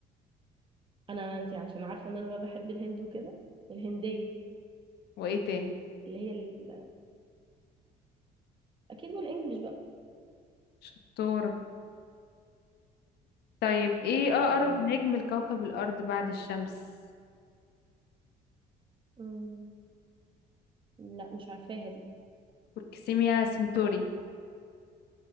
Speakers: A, on the right; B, on the left.
A: أنا انتي عشان عارفة إن أنا بقى بحب الهند وكده الهندية
B: وايه تاني
A: اللي هي ال... أكيد بالإنجلش بقى
B: شطورة طيب ايه اقرب
A: يلا
B: نجم لكوكب الارض بعد الشمس
A: مم. لا مش عارفاها دي
B: بروكسيميا سنتوري